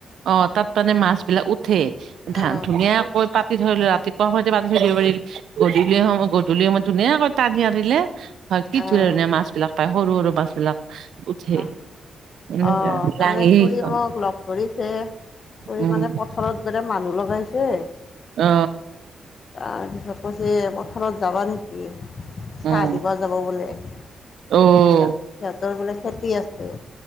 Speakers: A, on the right (about 75°); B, on the left (about 55°).
A: অ তাত মানে মাছ বিলাক উঠে
B: অ',
A: ধান ধুনীয়াকৈ পাত কি ধৰিলো ৰাতিপুৱা সৈতে পাতি থৈদিব পাৰি, গধূলি সময় গধূলি সময়ত ধুনীয়াকৈ টানি আনিলে হয় কি
B: অ',
A: ধুনীয়া ধুনীয়া মাছ বিলাক পায় সৰু সৰু মাছ বিলাক। উঠে।
B: আহ
A: এনেকুৱা
B: অ তাৰমানে
A: লাঙি
B: ফুৰি
A: সেইখন
B: মোক লগ ধৰিছে কৰি
A: উম,
B: মানে পথাৰত যেনে মানুহ লগাইছে
A: অ
B: তাৰপিছত কৈছে পথাৰত যাবা নি? কি চাহ
A: উম।
B: দিব যাব বোলে। তাত
A: অ',
B: সিহঁতৰ বোলে খেতি আছে।